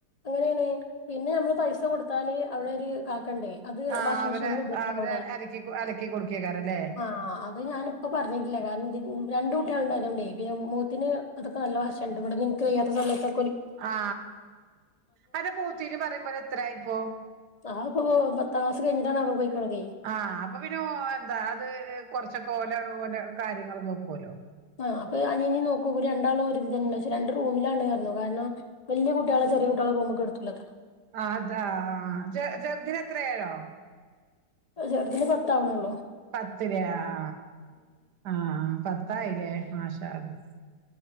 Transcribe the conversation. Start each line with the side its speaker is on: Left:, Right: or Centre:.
Left: അങ്ങനെണ് പിന്നെ നമ്മള് പൈസ കൊട്ത്താല്. അവ്ട ഒര് കാക്കണ്ട്. അത്
Right: ആഹ്
Left: വാഷിംഗ്
Right: അവര്
Left: മെഷീൻല് ഇടത്ര
Right: അവര്
Left: അവ്ടെ
Right: അലക്കി അലക്കി കൊടുക്കേക്കാരല്ലേ
Left: ആ. അ അത് ഞാനിപ്പ പർഞീല്ല കാരണം രണ്ട് കുട്ട്യാള് ഇണ്ടായതോണ്ടേയ് പിന്നെ മൂത്തിന് അതൊക്ക നല്ല വശണ്ട് ഇവട്ന്നി ക്ക് വെയ്യാത്ത സമയത്തൊ
Right: ആ അന്റെ മൂത്തീന് പറിമ്പയ എത്രാഴി ഇപ്പോ.
Left: അത് ഇപ്പൊ പത്താം ക്ലാസ്സ് കഴിഞ്ഞിട്ടാണ് അവടെ പോയിക്ക്ണതെയ്.
Right: ആ അപ്പൊ പിന്നെ ഓ എന്താ അത് കൊർച്ചൊക്ക ഓല ഓന്റെ കാര്യങ്ങള് നോക്കൊലോ
Left: ആ അപ്പ അനിയനി നോക്കും രണ്ടാളും ഒര്തന്നെ പക്ഷെ രണ്ട് റൂമിലാണ് പർഞ്ഞു കാര്ണം വല്ല്യ കുട്ടിയളെ ചെറീ കുട്ടിയള റൂമ്ക്ക് കട്ത്തൂലത്രെ
Right: ആതാ ചെ ചേർതിന് എത്രാഴി അറിയോ
Left: ചെർദിന് പത്ത് ആവ്ണോള്ളൂ
Right: പത്തിലെ ആ ആ പത്തായിലെ മാഷാ അള്ളാഹ്